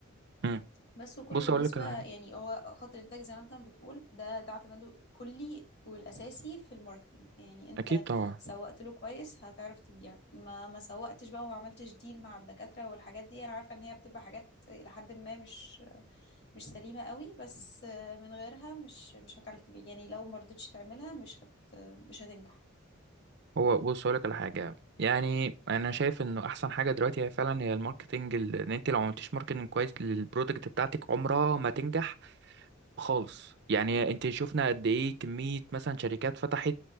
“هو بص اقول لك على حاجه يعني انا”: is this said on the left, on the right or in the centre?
Right